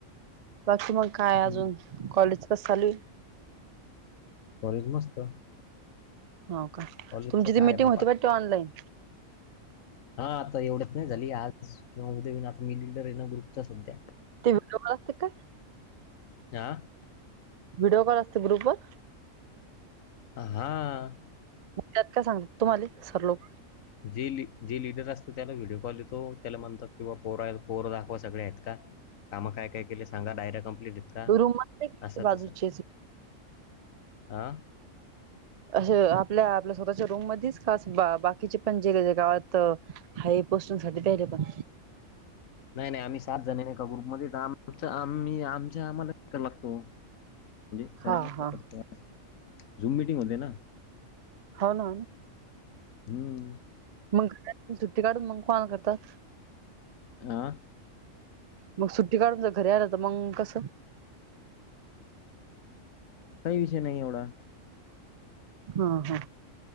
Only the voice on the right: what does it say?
बाकी मग काय
अजून कॉलेज कस चालुये?
हो का
तुमची ती
मिटिंग
होती वाटतं ऑनलाईन.
ते व्हिडिओ कॉल असते काय?
व्हिडिओ कॉल असते ग्रुप वर?
त्यात काय सांगतात तुम्हाले सर लोक?
रूम मध्ये
बाजूचेच
आस आपल्या आपल्या स्वतःच्या रूम मध्येच का बाकीचे पण जे गावात हाय पोस्टिंग साठी द्यायले पण
हा हा
हो ना
मग सुट्टी काढून मग कोण करतात
मग सुट्टी काढून तर घरी आलं तर मग कसं
हा हा